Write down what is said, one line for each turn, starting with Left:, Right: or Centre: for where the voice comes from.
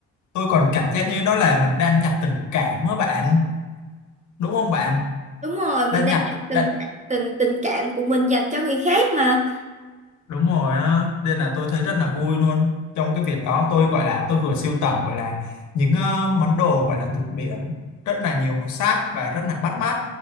Left: Tôi còn cảm giác như đó là mình đang nhặt tình cảm á bạn. Đúng không bạn?
Right: Đúng rồi, mình
Left: Đang
Right: đang
Left: nhặt,
Right: nhặt từng
Left: đang,
Right: từng tình cảm của mình dành cho người khác mà.
Left: Đúng rồi á, nên là tôi thấy rất là vui luôn. Trong cái việc đó tôi gọi là tôi vừa sưu tầm gọi là những ờ, món đồ gọi là từ biển rất là nhiều màu sắc và rất là bắt mắt